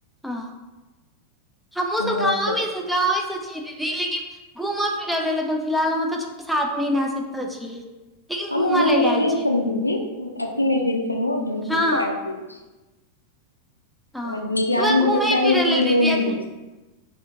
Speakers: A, in the centre; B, on the left.
A: ह हमहुँ
B: हम
A: सब गाँवमे
B: गाँव से छी
A: सँ गाँव यो छी दीदी लेकिन घूमय फिरऽ लेल फिलहाल हम ऐता छी सात महिना से एतऽ छी। लेकिन
B: हमहु
A: घूमऽ
B: घूमे
A: लेल
B: ले
A: आयल
B: गेल
A: छी
B: छलहुँ दिल्ली अथी मे गेल छलहुं घूम फिर
A: हँ
B: के आयल गेल छी।
A: हँ
B: हमर दीयादनी
A: तऽ वैह
B: के
A: घूमे
B: बच्चा
A: फिरै
B: भेल
A: लेल
B: छला
A: दीदी
B: ओह मे
A: एखन
B: गेल छलो